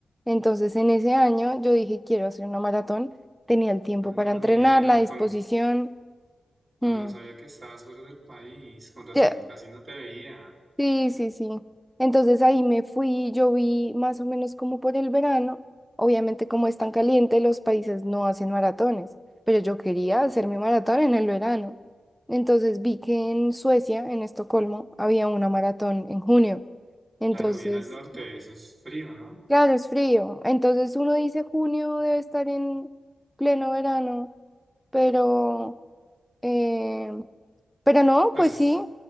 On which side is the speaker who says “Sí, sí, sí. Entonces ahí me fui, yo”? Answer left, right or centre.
Centre